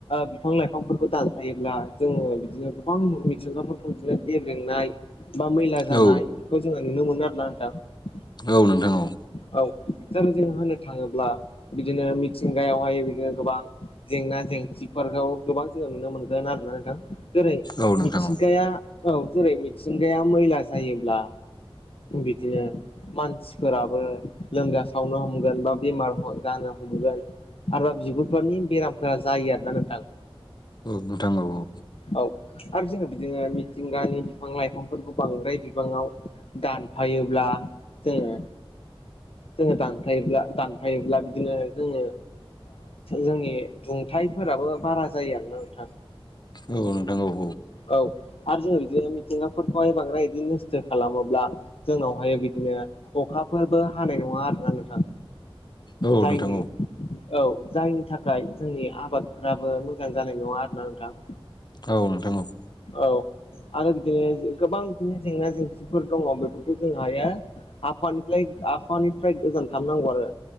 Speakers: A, on the left; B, on the left.
A: बिफां लाइफांफोरखौ दानाथायायोब्ला जोङो बिदिनो गोबां मिथिंगाफोरखौ बिदिनो गेब्रेंनाय बा मैला
B: औ
A: जानाय बेखौ जोङो नुनो मोनो आरो ना नोंथां
B: औ नोंथां औ
A: औ जेरै जोंङो होननो थाङोब्ला बिदिनो मिथिंगायावहाय बिदिनो गोबां जेंना जेंसिफोरखौ गोबां जोहयाव नुनो मोनगोन आरोना नोंथां जेरै
B: औ नोंथां
A: मिथिंगाया
B: औ
A: औ जेरै मिथिंगाया मैला जायोब्ला बिदिनो मानसिफोराबो लोमजा सावनो हमगोन बा बेमार जानो हमगोन आरोबा बिगुरफोरनि बेरामफोरा जायो आरोना नोंथां
B: औ नोंथाङौ औ
A: औ आरो जोङो बिदिनो मिथिंगानि बिफां लाइफांफोरखौ बांद्राय बिबाङाव दानफायोब्ला जोङो जोङो दानफायोब्ला दानफायोब्ला बिदिनो जोङो जोंनि दुंथाइफोराबो बारा जायो आरोना नोंथां
B: औ नोंथां औ
A: औ आरो जोङो बिदिनो मिथिंगाफोरखौहाय बांद्राय इदि नस्थ' खालामोब्ला जोंनावहाय बिदिनो अखाफोरबो हानाय नङा आरोना नोंथां
B: औ
A: जायनि
B: नोंथां
A: औ जायनि थाखाय जोंनि आबादफोराबो मोजां जानाय नङा आरोना नोंथां
B: औ नोंथां औ
A: औ आरो बिदिनो गोबां बिदिनो जेंना जेंसिफोर दङ बेफोरखौ जों हायो आफानिफ्राय आफानिफ्राय गोजान खालामनांगौ आरो